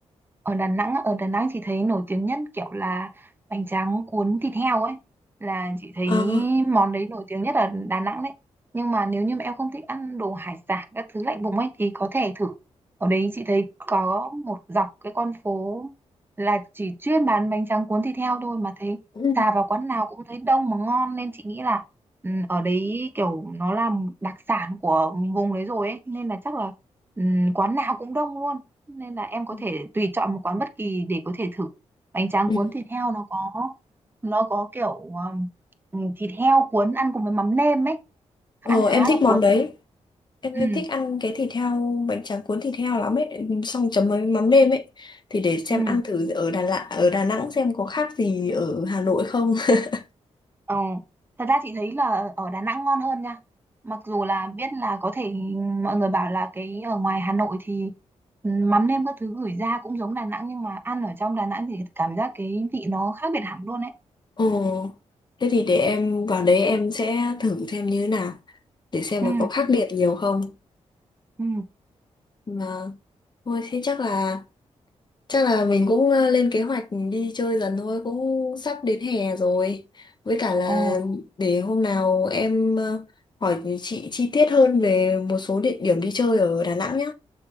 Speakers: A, on the right (about 20°); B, on the left (about 40°).
A: ở Đà Nẵng á, ở Đà Nẵng chị thấy nổi tiếng nhất kiểu là bánh tráng cuốn thịt heo ấy là chị thấy
B: Ờ,
A: món đấy nổi tiếng nhất ở Đà Nẵng đấy nhưng mà nếu như mà em không thích ăn đồ hải sản các thứ lạnh vùng ấy thì có thể thử ở đấy chị thấy có một dọc cái con phố là chỉ chuyên bán bánh tráng cuốn thịt heo thôi mà thấy
B: cũng-
A: xà vào quán nào cũng thấy đông mà ngon nên chị nghĩ là ừ, ở đấy kiểu nó là đặc sản của vùng đấy rồi ấy nên là chắc là ừ, quán nào cũng đông luôn nên là em có
B: ừ.
A: thể tùy chọn một quán bất kỳ để có thể thử bánh tráng
B: ừ.
A: cuốn thịt heo nó có nó có kiểu um, ừ, thịt heo cuốn ăn cùng với mắm nêm ấy ăn
B: Ờ, em
A: khá
B: thích
A: là
B: món
A: cuốn
B: đấy. Em em
A: ừ
B: thích ăn cái thịt heo bánh tráng cuốn thịt heo lắm ấy, xong chấm với mắm nêm ấy. Thì để xem
A: ừ
B: ăn thử ở Đà Lạt, ở Đà Nẵng xem có khác gì ở Hà Nội không. <laughs>
A: ờ. thật ra chị thấy là ở Đà Nẵng ngon hơn nha mặc dù là biết là có thể mọi người bảo là cái ở ngoài Hà Nội thì ừ, mắm nêm các thứ gửi ra cũng giống Đà Nẵng nhưng mà ăn ở trong Đà Nẵng thì cảm giác cái vị nó khác biệt hẳn luôn ấy
B: Ồ, thế thì để em vào đấy em sẽ thử xem như thế nào để xem
A: ừ
B: là có khác biệt nhiều không.
A: ừ
B: Mà thôi thế chắc là Chắc là mình cũng ờ, lên kế hoạch đi chơi dần thôi, cũng sắp đến hè rồi. Với cả là
A: ồ
B: để hôm nào em ờ, hỏi chị chi tiết hơn về một số địa điểm đi chơi ở Đà Nẵng nhá.